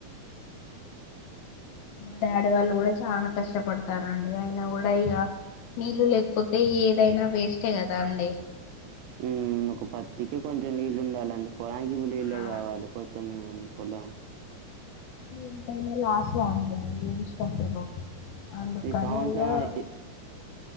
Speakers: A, on the left; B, on the right.
A: డాడీ వాళ్ళు కూడా చాలా కష్టపడతారండి అయిన కూడా ఇగ నీళ్లు లేకపోతే ఏదైనా వేస్టే కదా అండి
B: మ్మ్ ఒక పది <unintelligible> కొంచెం నీళ్ళు ఉండాలండి పొలానికి నీళ్లే
A: ఆ
B: కావాలి పొత్తం పొలం
A: ఎంతైనా లాసే అండి నీళ్లు లేని అందుకనిగా
B: ఈ సంవత్సరం ఈ